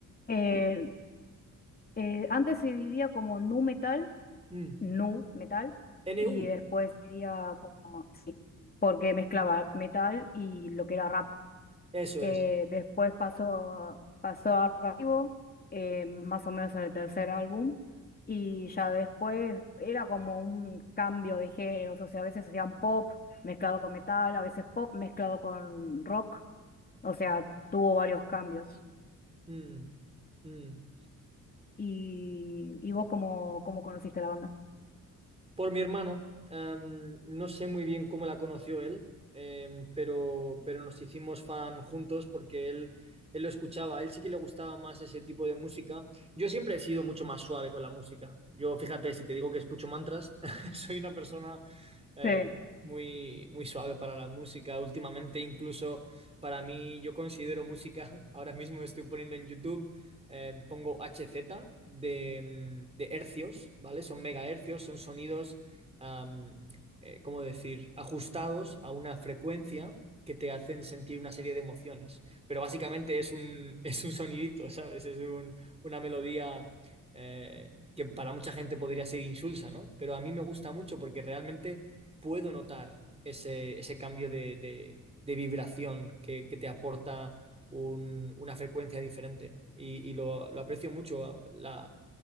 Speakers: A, on the left; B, on the right.
A: Eh, eh, antes se dividía como nu metal,
B: Mm.
A: nu metal,
B: N
A: y
B: U
A: después se dividía como, sí, porque mezclaba metal y lo que era rap.
B: eso
A: Eh,
B: es.
A: después pasó, pasó a Archivo, eh, más o menos en el tercer álbum, y ya después era como un cambio de géneros, o sea, a veces hacían pop mezclado con metal, a veces pop mezclado con rock, o sea, tuvo varios cambios.
B: Mm. Mm.
A: y, y vos cómo, cómo conociste la banda.
B: Por mi hermano, am, no sé muy bien cómo la conoció él, em, pero, pero nos hicimos fan juntos porque él, él lo escuchaba, a él sí que le gustaba más ese tipo de música. Yo siempre he sido mucho más suave con la música. Yo, fíjate, si te digo que escucho mantras, <laughs> soy una persona eh,
A: Sí.
B: muy, muy suave para la música. Últimamente, incluso para mí, yo considero música, <laughs> ahora mismo estoy poniendo en YouTube eh, pongo HZ de, mm, de hercios, ¿vale? Son megahercios, son sonidos, am, eh, ¿cómo decir?, ajustados a una frecuencia que te hacen sentir una serie de emociones. Pero básicamente es un, <laughs> es un sonidito, ¿sabes? Es un- una melodía eh, que para mucha gente podría ser insulsa, ¿no? Pero a mí me gusta mucho porque realmente puedo notar ese, ese cambio de, de- de vibración que, que te aporta un- una frecuencia diferente. Y, y lo, lo aprecio mucho, la-